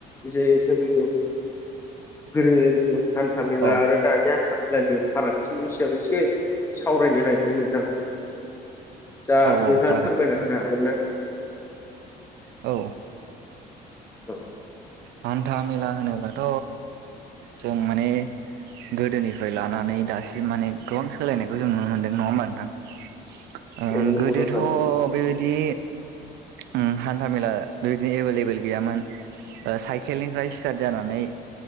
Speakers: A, on the left (about 15°); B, on the right (about 75°).
A: जे जोंनि गोदोनि हान्था मेला
B: औ
A: आरो दानि हा हान्था मेलानि फारागथिनि सायाव एसे सावरायनो नागिरदों नोंथां। दा
B: औ औ
A: नोंथाङा
B: जागोन
A: फोरमायना होनो हागोन ना?
B: औ
A: औ
B: हान्था मेला होनोबाथ' जों माने गोदोनिफ्राय लानानै दासिम माने गोबां सोलायनायखौ जों नुनो मोन्दों नङा होमबा नोंथां।
A: औ नंगौ
B: गोदोथ'
A: नोंथां
B: बेबायदि ओम हान्थामेला बेबायदिनो एभेलेबोेल गैयामोन। साइकेलनिफ्राय स्टार्ट जानानै